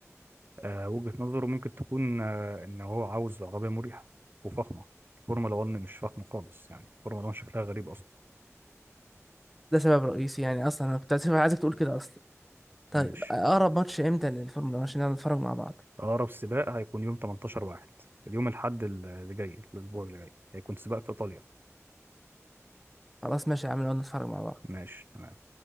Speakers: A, on the right; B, in the centre.
A: آه وجهة نظره ممكن تكون آه ان هو عاوز عربية مريحة وفخمة الفورمولا 1 مش فخمة خالص يعني الفورمولا 1 شكلها غريب اصلا
B: ده سبب رئيسي يعني اصلا انا كنت عايز- عايزك تقول كده اصلا طيب
A: ماشي
B: اقرب ماتش امتى للفورمولا 1 عشان نقعد نتفرج مع بعض
A: أقرب سباق هيكون يوم 18 واحد اليوم الأحد اللي جاي الأسبوع اللي جاي هيكون سباق في إيطاليا
B: خلاص ماشي يا عم نقعد نتفرج مع بعض
A: ماشي تمام